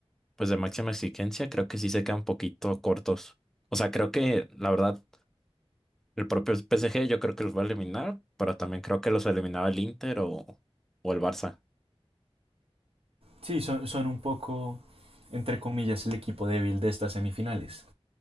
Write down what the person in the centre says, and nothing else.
pues de máxima exigencia, creo que sí se quedan un poquito cortos. O sea, creo que la verdad, el propio PSG yo creo que los va a eliminar, pero también creo que los eliminaba el Inter o, o el Barça.